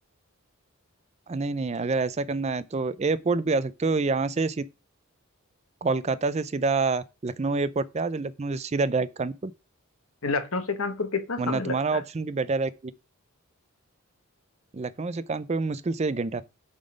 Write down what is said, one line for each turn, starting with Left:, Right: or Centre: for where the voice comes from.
Right: नहीं नहीं अगर ऐसा करना है तो एयरपोर्ट भी आ सकते हो यहाँ से सीध- कोलकाता से सीधा लखनऊ एयरपोर्ट पे आ जाओ लखनऊ से सीधा डायरेक्ट कानपुर
Left: लखनऊ से कानपुर कितना
Right: वरना
Left: समय लगता
Right: तुम्हारा
Left: है
Right: ऑप्शन भी बेटर है लखनऊ से कानपुर में मुश्किल से एक घंटा